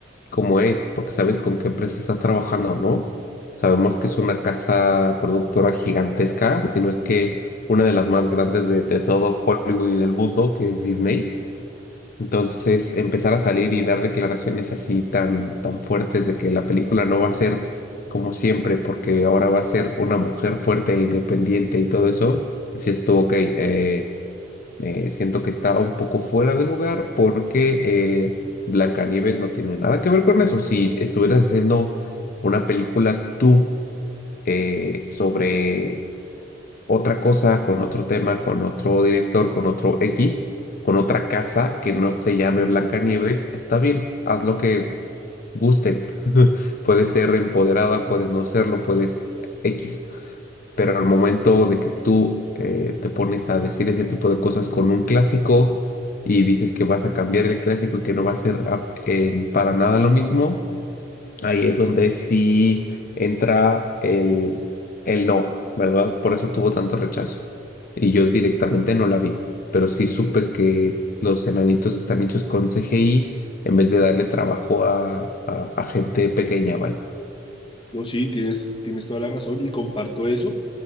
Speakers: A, on the left (about 45°); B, on the left (about 25°).
A: cómo es, porque sabes con qué empresa estás trabajando, ¿no? Sabemos que es una casa productora gigantesca, si no es que una de las más grandes de, de todo Hollywood y del mundo, que es Disney. Entonces, empezar a salir y dar declaraciones así tan, tan fuertes de que la película no va a ser como siempre, porque ahora va a ser una mujer fuerte e independiente y todo eso, si estuvo ok. eh, eh, siento que está un poco fuera de lugar porque eh, Blancanieves no tiene nada que ver con eso. Si estuvieras haciendo una película tú eh, sobre otra cosa, con otro tema, con otro director, con otro X, con otra casa que no se llame Blancanieves, está bien, haz lo que gusten. <laughs> Puedes ser empoderada, puedes no serlo, puedes X. Pero al momento de que tú eh, te pones a decir ese tipo de cosas con un clásico y dices que vas a cambiar el clásico y que no va a ser ah, eh, para nada lo mismo, ahí es donde sí entra el, el no, ¿verdad? Por eso tuvo tanto rechazo. Y yo directamente no la vi, pero sí supe que los enanitos están hechos con CGI en vez de darle trabajo a, a a gente pequeña, vaya.
B: No, sí, tienes, tienes toda la razón y comparto eso,